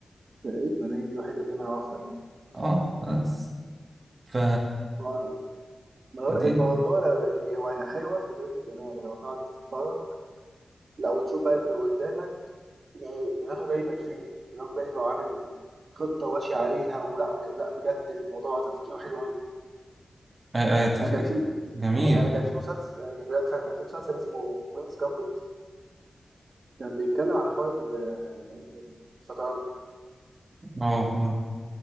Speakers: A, on the right (about 65°); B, on the right (about 45°).
A: تقريبا هي دي الوحيده اللي انا عارفها يعني
B: اه بس ف
A: آه، الموضوع
B: فدي
A: الموضوع لو- يعني هو هي حلوه في تشغيل الدماغ لو تقعد تتفرج لو تشوف بقى اللي قدامك يعني دماغه جايبه لفين دماغه جايبه وعامل خطه واشي عليها ولا لا بجد الموضوع تفكيره حلو قوي
B: اي اي تفكير
A: انا كان في
B: جميل
A: انا كان في مسلسل انا كان بجد فعلا كان في مسلسل اسمه كوينز جامبت كان بيتكلم عن حوار ال- الشطرنج
B: اه نعم.